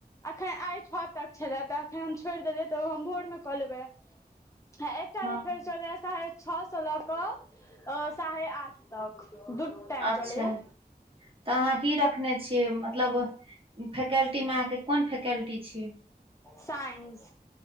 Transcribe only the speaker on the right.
हँ
अच्छा
तऽ अहाँ की रखने छियै मतलब फैकल्टी में अहाँ के कोन फैकल्टी छी